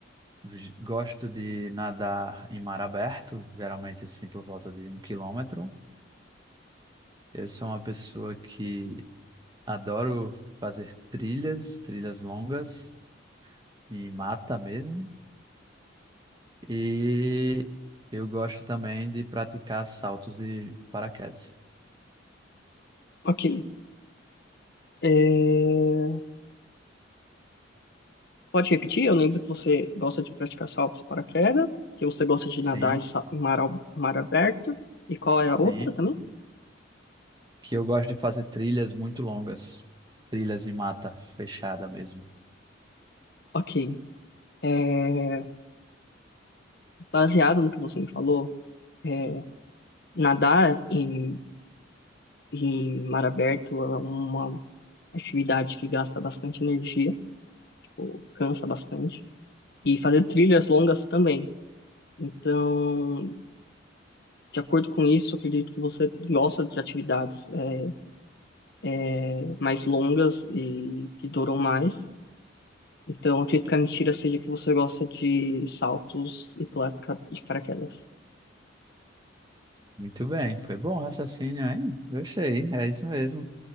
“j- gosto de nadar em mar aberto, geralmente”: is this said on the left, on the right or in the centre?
Right